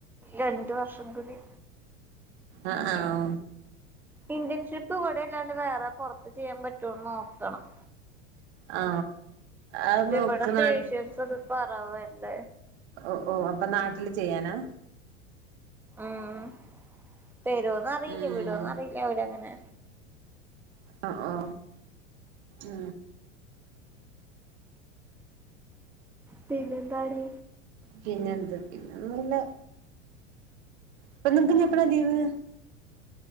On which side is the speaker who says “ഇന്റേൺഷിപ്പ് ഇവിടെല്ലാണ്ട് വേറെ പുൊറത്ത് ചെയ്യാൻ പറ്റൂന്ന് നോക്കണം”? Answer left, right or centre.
Centre